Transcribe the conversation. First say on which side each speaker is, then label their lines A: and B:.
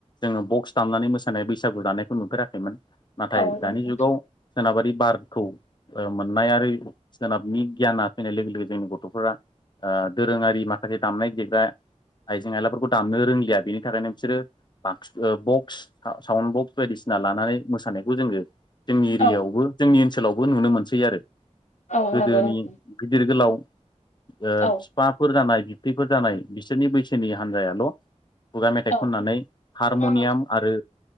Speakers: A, on the left; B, on the left.
A: जोङो बक्स दामनानै मोसानाय बैसागु जानायखौ नुफेराखैमोन नाथाय
B: औ
A: दानि
B: नोंथां
A: जुगाव सोनाबारि बारखौ ओ मोननाय आरो सोनाबनि गियाना फैनाय लोगो लोगो जोंनि गथ'फोरा ओ दोरोङारि माखासे दामनाय देग्रा आइजें आयलाफोरखौ दामनो रोंलिया बेनि थाखायनो बिसोरो बाक्स ओ बक्स साउन्ड बक्स बायदिसि ना लानानै मोसानायखौ जोङो जोंनि एरियायावबो
B: औ
A: जोंनि ओनसोलावबो नुनो मोनसै आरो
B: औ
A: गोदोनि
B: नंगौ नोंथां
A: गिदिर गोलाव ओ बिफाफोर
B: औ
A: जानाय बिबथैफोर जानाय बिसोरनि बैसोनि हान्जायाल' खुगा मेथाइ
B: औ
A: खननानै हारमनियाम
B: औ नंगौ
A: आरो